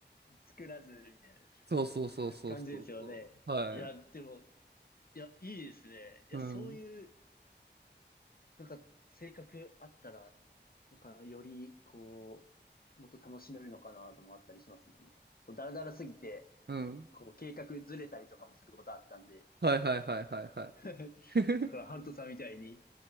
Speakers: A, on the left (about 55°); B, on the right (about 65°).
A: 作らずみたいな
B: そうそうそうそうそうそう。
A: 感じですよね。
B: はい。
A: いや、でも、いや、いいですね。いや、
B: うん。
A: そういう、なんか、性格あったら、なんか、より、こう、もっと楽しめるのかなともあったりしますもんね。こう、だらだらすぎて、
B: うん。
A: こう、計画ずれたりとかもすることあったんで、
B: はいはいはいはいはい。
A: <laughs>
B: <laughs>
A: だから、ハルトさんみたいに、